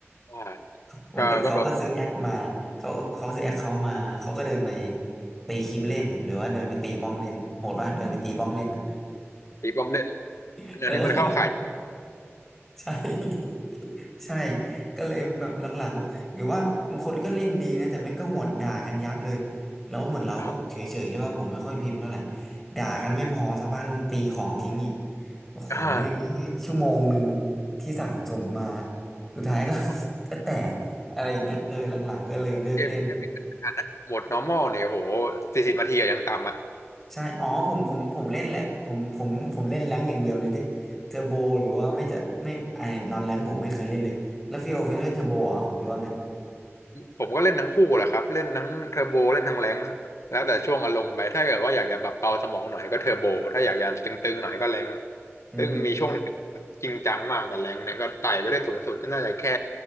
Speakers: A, on the left; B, in the centre.
A: อ่า
B: เหมือนกับเขาก็ซื้อแอคมาเขาเขาซื้อแอคเขามาเขาก็เดินไป
A: ก็ก็โดน
B: ตีคลิปเล่นหรือว่าเดินไปตีป้อมเล่นโหดป่ะเดินไปตีป้อมเล่นอะ
A: ตีบอมเละ
B: <laughs>
A: อันนี้มันเข้าข่าย
B: เออใช่ ใช่ก็เลยแบบหลังๆหรือว่าบางคนก็เล่นดีนะแต่แม่งก็หวดด่ากันยับเลยแล้วเหมือนเราก็เฉยๆใช่ป่ะผมไม่ค่อยพิมพ์เท่าไหร่
A: ครับ
B: ด่ากันไม่พอสักพักตีของทิ้งอีก
A: อืม
B: โอ้โหแม่ง
A: อ่า
B: ชั่วโมงหนึ่งที่สั่งสมมาสุดท้ายก็
A: โอ้โห
B: <laughs> ก็แตกอะไรอย่างเงี้ยเออหลังๆก็เลยเลิกเล่น
A: เกมเกมในขนาดนั้นโหมด normal เนี่ยโหสี่สิบนาทีอะยังต่ำอะ
B: ใช่อ๋อผมผมผมเล่นแหละผมผมผมเล่นแรงค์อย่างเดียวเลยดิเทอร์โบหรือว่าไม่จะไม่ไอ้นอนแรงค์ผมไม่เคยเล่นเลยแล้วฟิโอเคยเล่นเทอร์โบเหรอหรือว่าไง
A: ผมก็เล่นทั้งคู่แหละครับเล่นทั้งเทอร์โบเล่นทั้งแรงค์แล้วแต่ช่วงอารมณ์ไปถ้าเกิดว่าอยากจะแบบเบาสมองหน่อยก็เทอร์โบถ้าอยากจะตึงๆหน่อยก็แรงค์
B: อืม
A: ซึ่งมีช่วงหนึ่งจริงจังมากกับแรงค์เนี่ยก็ไต่ไปได้สูงสุดก็น่าจะแค่